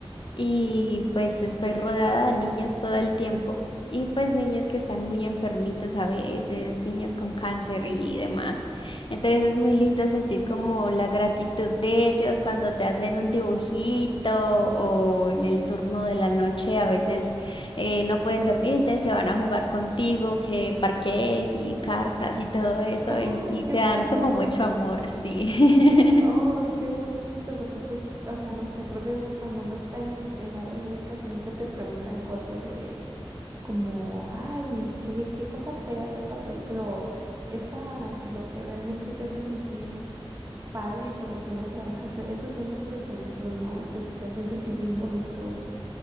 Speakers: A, on the left; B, on the right.
A: y pues estoy rodeada de niños todo el tiempo. Y pues niños que están muy enfermitos a veces, niños con cáncer y demás. Entonces es muy lindo sentir como la gratitud de ellos cuando te hacen un dibujito o en el turno de la noche a veces eh, no pueden dormir, entonces se van a jugar contigo, que parques y cartas y todo eso
B: <laughs> ¡Ah,
A: y, y
B: qué
A: te
B: padre!
A: dan como mucho amor, sí.
B: ¡Ay,
A: <laughs>
B: qué bonito! Porque pues, o sea, no sé, creo que cuando uno está en, en área médica siempre te preguntan cosas de como, ay, qué, qué cosa fea te ha pasado, y- pero esa, lo que realmente te hace sentir padre y por lo que uno trabaja, se- esos son esos detallitos, ¿no? Que te hacen sentir bien bonito.